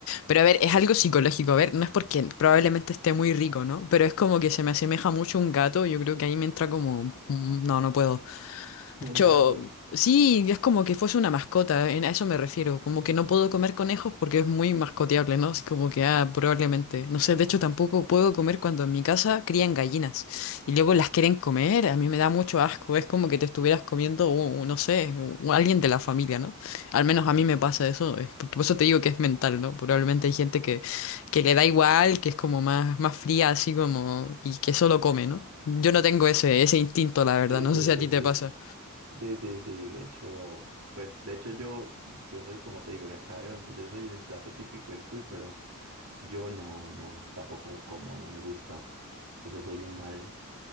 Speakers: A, on the left; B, on the right.
A: Pero a ver, es algo psicológico. A ver, no es porque probablemente esté muy rico, ¿no? Pero es como que se me asemeja mucho a un gato. Yo creo que ahí me entra como... mm, No, no puedo.
B: <laughs>
A: De
B: Un
A: hecho,
B: gato.
A: sí, es como que fuese una mascota, en- a eso me refiero. Como que no puedo comer conejos porque es muy mascoteable, ¿no? Así como que, ah, probablemente. No sé, de hecho tampoco puedo comer cuando en mi casa crían gallinas y luego las quieren comer. A mí me da mucho asco, es como que te estuvieras comiendo, un- no sé, un- alguien de la familia, ¿no? Al menos a mí me pasa eso. es- Por por eso te digo que es mental, ¿no? Probablemente hay gente que, que le da igual, que es como más, más fría, así como, y que solo come, ¿no? Yo no tengo ese, ese instinto, la verdad.
B: Sí,
A: No
B: sí,
A: sé si
B: sí,
A: a ti te
B: sí.
A: pasa.
B: Sí, sí, sí, de hecho, pues de hecho yo, yo soy, como te digo, de acá de donde yo soy, es el plato típico del cuy, pero yo no, no, tampoco como, no me gusta. Entonces soy un mal,